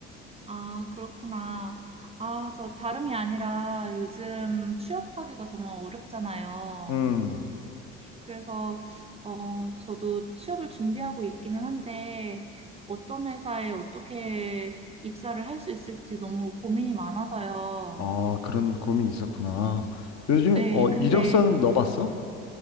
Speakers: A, on the right (about 20°); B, on the left (about 50°).
A: 아, 그렇구나. 아, 저 다름이 아니라 요즘 취업하기가 정말 어렵잖아요.
B: 음,
A: 그래서, 어, 저도 취업을 준비하고 있기는 한데, 어떤 회사에 어떻게 입사를 할 수 있을지 너무 고민이 많아서요.
B: 아, 그런 고민이 있었구나. 요즘에,
A: 네,
B: 어,
A: 근데,
B: 이력서는 넣어봤어?